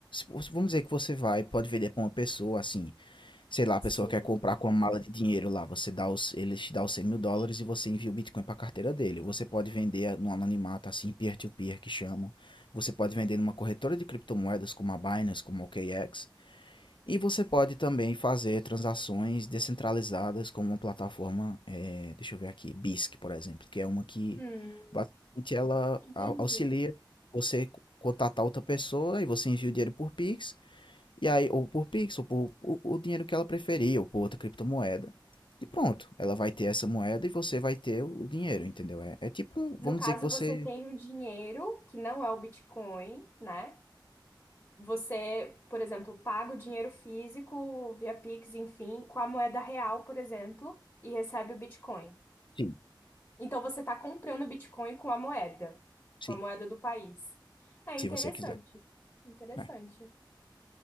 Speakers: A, on the left; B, on the left.
A: Vamos dizer que você vai, pode vender para uma pessoa, assim, sei lá, a pessoa
B: sim.
A: quer comprar com uma mala de dinheiro lá, você dá os, ele te dá os cem mil dólares e você envia o Bitcoin para a carteira dele. Você pode vender no anonimato, assim, peer-to-peer, que chamam. Você pode vender numa corretora de criptomoedas como a Binance, como a OKX. E você pode também fazer transações descentralizadas como uma plataforma, eh, deixa eu ver aqui, BISC, por exemplo, que é uma que
B: Hum,
A: basicamente ela
B: entendi.
A: au- auxilia você co- contatar outra pessoa e você envia o dinheiro por Pix, e aí, ou por Pix, ou por o, o dinheiro que ela preferir, ou por outra criptomoeda. E pronto, ela vai ter essa moeda e você vai ter o o dinheiro, entendeu? É, é tipo,
B: No
A: vamos
B: caso,
A: dizer que você.
B: você tem o dinheiro, que não é o Bitcoin, né? Você, por exemplo, paga o dinheiro físico via Pix, enfim, com a moeda real, por exemplo, e recebe o Bitcoin.
A: Sim,
B: Então você está comprando Bitcoin com a moeda,
A: sim,
B: com a moeda do país. É
A: se
B: interessante.
A: você quiser.
B: Interessante.
A: É,